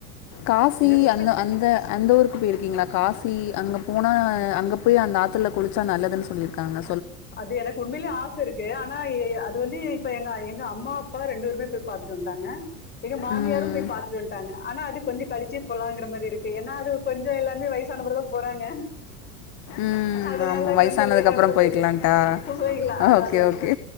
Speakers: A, on the left (about 40°); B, on the left (about 20°).
A: காஃபி
B: என்ன சிஸ்டர்
A: அந்த அந்த அந்த ஊருக்கு போயிருக்கீங்ளா காசி அங்க போனா அங்க போய் அந்த ஆத்துல குளிச்சா நல்லதுன் சொல்லிருக்காங்க
B: அது எனக்கு உண்மைலே ஆச இருக்கு அ னா அது வந்து இப்ப எங்க எங்க அம்மா அப்பா ரெண்டு பேருமே போய் பாத்துட்டு வன்டாங்க எங்க மாமியாரு
A: ம்
B: போய் பாத்துட்டு வன்ட்டாங்க ஆனா அது கொஞ்சொ கழிச்சி போலாங்குற மாரி இருக்கு என்னா அது கொஞ்சொ எல்லாருமே வயசானப்புறதா போறாங்க
A: ம்
B: அதனால
A: ஆமா வயசானதுக்கு
B: கொஞ்ச லேட்டா
A: அப்புறம்
B: கூட
A: போய்க்கலான்ட்டா
B: போய்க்கலா போய்க்லா அதா
A: ஓகே
B: அதா
A: ஓகே